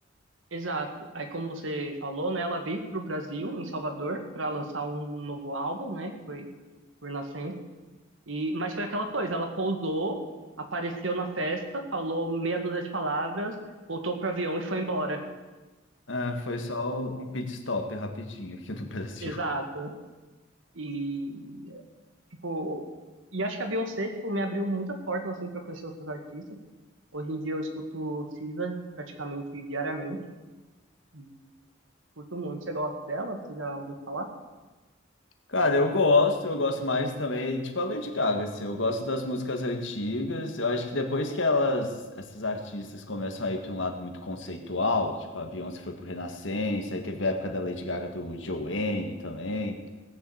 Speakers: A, on the right; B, on the left.
A: Exato. Aí, como você falou, né, ela veio pro Brasil, em Salvador, para lançar um novo álbum, né, que foi por Inocência. E, mas foi aquela coisa, ela pousou, apareceu na festa, falou meia dúzia de palavras, voltou pro avião e foi embora.
B: É, foi só um pit stop rapidinho aqui no <laughs> Brasil.
A: Exato. E, tipo, e acho que a Beyoncé, tipo, me abriu muitas portas, assim, para conhecer outros artistas. Hoje em dia eu escuto SZA praticamente diariamente e curto muito. Você gosta dela? Você já ouviu falar?
B: Cara, eu gosto, eu gosto mais também, tipo a Lady Gaga, assim, eu gosto das músicas antigas, eu acho que depois que elas, essas artistas começam a ir para um lado muito conceitual, tipo a Beyoncé foi pro Renascença, aí teve a época da Lady Gaga do Joanne também,